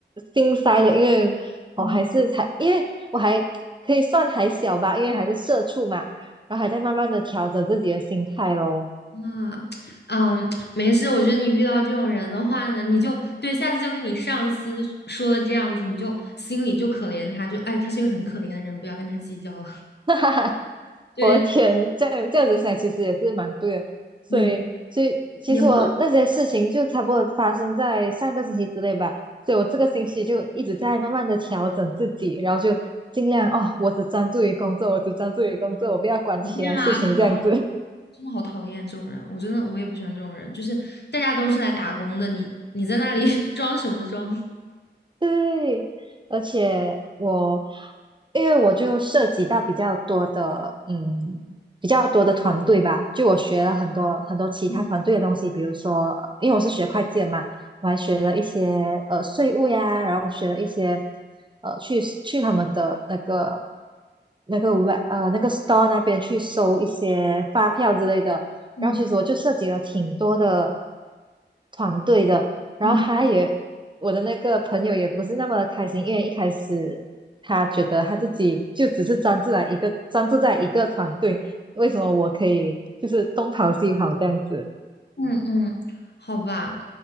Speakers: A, on the right; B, on the left.
A: 心塞的，因为我还是才，
B: 嗯
A: 因为我还可以算还小吧，因为还是社畜嘛，然后还在慢慢的调整自己的心态咯，
B: 啊，嗯，没事，我觉得你遇到这种人的话呢，你就对下次就跟你上司说了这样子，你就心里就可怜他，就哎，他是一个很可怜的人，不要跟他计较了。<laughs>
A: <laughs>
B: 对
A: 我的天，这样这样子想其实也是蛮对的，所以所以其实我那些事情就差不多发生在上个星期之内吧，
B: 对，也不
A: 所以我这个星期就一直在慢慢的调整自己，然后就尽量哦，我只专注于工作，我只专注于工作，我不要管其他事情这样子。
B: 能这样啊，这种。真的好讨厌这种人，我真的我也不喜欢这种人，就是大家都是来打工的，你你在那里 <laughs> 装什么装？
A: 对，而且我，因为我就涉及到比较多的，嗯，比较多的团队吧，就我学了很多很多其他团队的东西，
B: 嗯
A: 比如说，呃因为我是学会计的嘛，我还学了一些呃税务呀，然后学了一些呃去去他们的那个那个 w 呃那个 store 那边去收一些发票之类的，
B: 嗯
A: 然后其实我就涉及了挺多的团队的。然后他也，
B: 嗯
A: 我的那个朋友也不是那么的开心，因为一开始他觉得他自己就只是专注在一个专注在一个团队，为什么我可以就是东跑西跑这样子？
B: 嗯嗯，好吧，